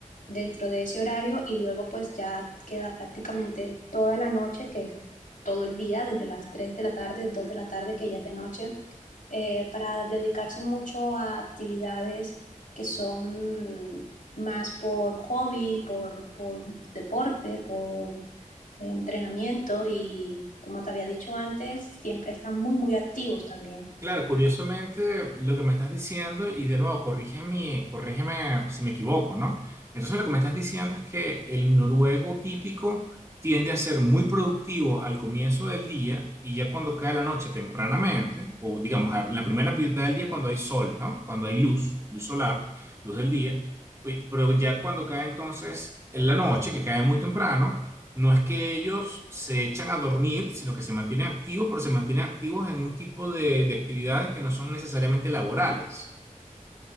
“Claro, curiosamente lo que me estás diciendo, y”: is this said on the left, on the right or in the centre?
Right